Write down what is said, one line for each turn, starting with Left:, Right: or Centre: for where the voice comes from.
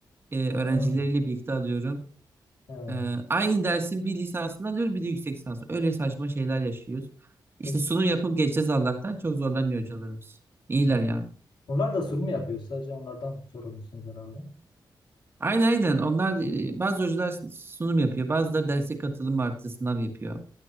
Right: e, öğrencileriyle
Left: Hı.
Right: birlikte alıyorum.
Left: Ha.
Right: E, aynı dersin bir lisansını alıyorum bir de yüksek lisansı. Öyle saçma şeyler yaşıyoruz. İşte
Left: Peki.
Right: sunum yapıp geçeceğiz Allah'tan. Çok zorlamıyor hocalarımız. İyiler
Left: Ha.
Right: ya.
Left: Onlar da sunum yapıyor. Sadece onlardan sorumlusunuz herhalde.
Right: Aynen aynen. Onlar e, bazı hocalar sunum yapıyor. Bazıları derse katılım artı sınav yapıyor.